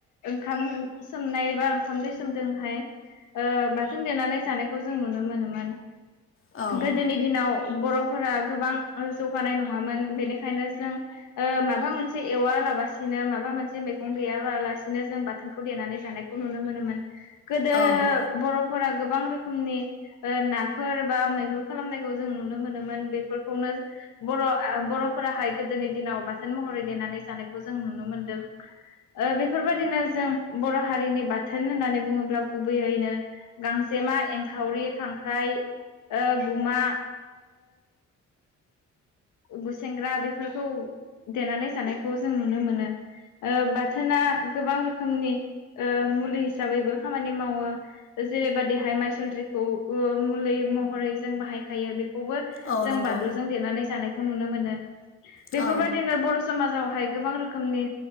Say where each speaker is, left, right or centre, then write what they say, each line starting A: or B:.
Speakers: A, on the left; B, on the left.
A: ओंखाम सोमनाय बा ओंखाम दै सोमदोंहाय बाथोन देनानै जानायखौ जों नुनो मोनोमोन।
B: औ
A: गोदोनि दिनाव बरफोरा गोबां जौगानाय नंङामोन बेनिखायनो जों ओ माबा मोनसे एवालाबासिनो माबा मोनसे मैगं गैयालासिनो जों बाथोनखौ देनानै जायो। जानायखौ नुनो मोनोमोन गोदो
B: औ
A: बर' फोरा गोबां रोखोमनि नाफोर बा मैहुर खालामनायखौ जों नुनो मोनोमोन बेफोरखौनो बर बरफोराहाय गोदोनि दिनाव बाथोन महरै देनानै जानायखौ जों नुनो मोनदों। बेफोर बायदिनो जों बर हारिनि बाथोन होननानै बुङोब्ला गुबैयैनो गांसे गांसेमा, एंखावरि, खांख्राइ, गुमा बुसेेंग्रा बेफोरखौ देनानै जानायखौ जों नुनो मोनो बाथोना गोबां रोखोमनि मुलि हिसाबैबो खामानि मावो जेरैबायदिहाय माइसुन्द्रिखौबो मुलि महरै जों बाहायखायो बे खौबो
B: औ
A: जों
B: नंगौ
A: बानलुजों देनानै जानायखौ नुनो मोनो बेफोरबायदिनो
B: औ
A: बर समाजावहाय गोबां रोखोमनि